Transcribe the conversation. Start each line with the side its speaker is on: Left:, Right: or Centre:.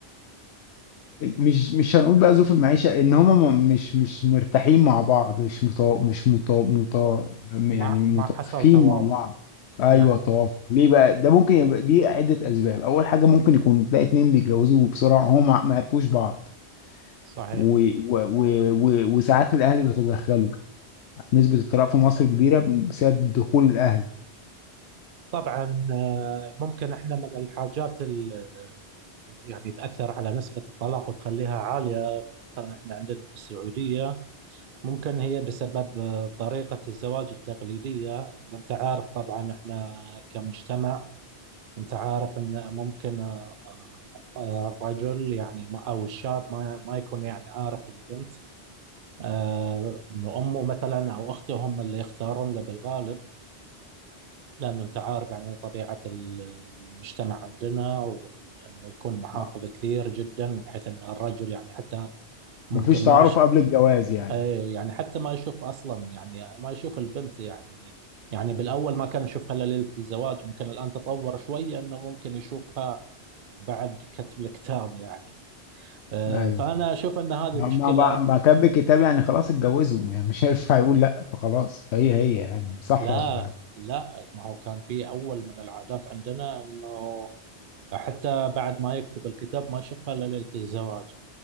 Left: مش مش هنقول بقى ظروف المعيشة ان هما م- مش مش مرتاحين مع بعض مش مطا مش مطا مطا يعني
Right: مع
Left: متوافقين
Right: مع حصل توافق
Left: مع بعض ايوه
Right: نعم
Left: توافق ليه بقى ده ممكن يبقى دي عدة اسباب اول حاجة ممكن يكون تلاقي اتنين بيتجوزوا بسرعة هما ما عرفوش بعض
Right: صحيح
Left: و... و... و... و... وساعات الاهل بيتدخلوا نسبة الطلاق في مصر كبيرة بسبب دخول الاهل
Right: طبعا آه، ممكن احنا من الحاجات اللي يعني تأثر على نسبة الطلاق وتخليها عالية مثلا احنا عندنا في السعودية ممكن هي بسبب آه، طريقة الزواج التقليدية انت عارف طبعا احنا كمجتمع أنت عارف أن ممكن آه، آه، آه، الرجل يعني ما- أو الشاب ما ما يكون يعني عارف البنت آه، إنه أمه مثلا أو أخته هم اللي يختارون له بالغالب لأن أنت عارف يعني طبيعة ال- المجتمع عندنا وإنه يكون محافظ
Left: آه،
Right: كثير جدا بحيث أن الرجل يعني حتى ممكن
Left: مفيش تعارف
Right: ما يش...
Left: قبل الجواز يعني
Right: إيه، يعني حتى ما يشوف أصلا يعني آه، ما يشوف البنت يعني يعني بالأول ما كان يشوفها إلا ليلة الزواج ممكن الآن تطور شوية أنه ممكن يشوفها بعد كتب الكتاب يعني آه،
Left: ايوه
Right: فأنا أشوف أن هذه
Left: ما
Right: مشكلة
Left: ما ما كان بالكتاب يعني خلاص اتجوزوا يعني مش هينفع يقول لا فخلاص هي هي يعني صح
Right: لا
Left: ولا
Right: لا ما هو كان في أول من العادات عندنا أنه حتى بعد ما يكتب الكتاب ما يشوفها إلا ليلة الزواج